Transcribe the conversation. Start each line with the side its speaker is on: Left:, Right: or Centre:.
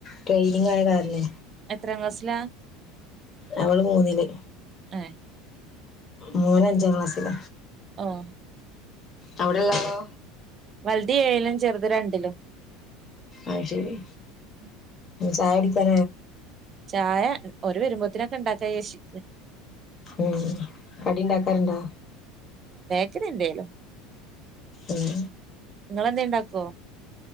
Left: ട്രെയിനിങ് ആയ കാരണേ
Right: എത്രയും ക്ലാസ്സില
Left: അവള് മൂന്നില്
Right: ഹ
Left: മൂന അഞ്ചാം ക്ലാസ്സില
Right: ആഹ
Left: അവിടെള്ളാവോ
Right: വലതി ഏഴിലും ചെറുത് രണ്ടിലോ
Left: അ ശരി
Right: ഉ
Left: സാഡ കോ
Right: ചായ ഒരു വരുമ്പോത്തിനൊക്കെ ഇണ്ടാക്കാ ചേേഷി
Left: ഉം കടിണ്ടാക്കാറുണ്ടാ
Right: ച എന്തല്ലോ
Left: ഉം
Right: നിങ്ങെന്ത ഇണ്ടാക്കോ